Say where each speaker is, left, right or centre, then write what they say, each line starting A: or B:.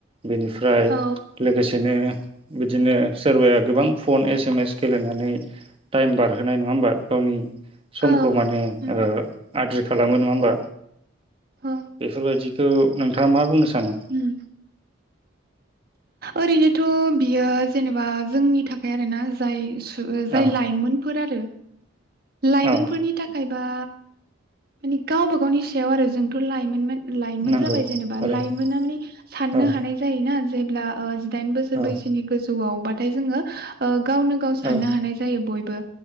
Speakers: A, on the right; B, on the right.
A: बेनिफ्राय
B: औ
A: लोगोसेनो बिदिनो सोरबाया गोबां फन एस एम एस गेलेनानै टाइम बारहोनाय नङा होमबा? गावनि सम
B: औ
A: खौ माने
B: उम
A: ओ आद्रि खालामो नङा होमबा?
B: औ
A: बेफोरबायदि खौ नोंथाङा मा बुंनो सानो
B: उम आरैनो थ'बियो जेनेबा जोंनि थाखाय आरोना जाय जाय
A: औ
B: लाइमोन फोर आरो लाइमोनफोरनि
A: औ
B: थाखाय बा मानि गावबा-गावनि सायाव आरो जोंथ' लायमोनमोन। लाइमोन
A: नंगौ
B: जाबाय जेनेबा
A: थारैनो
B: लाइमोना मानि साननो
A: औ
B: हानाय जायोना। जेब्ला ओ- दाइन बोसोर
A: औ
B: बैसोनि गोजौआवबाथाय जोङो ओ गावनो-गाव साननो
A: औ
B: हानाय जायो बयबो।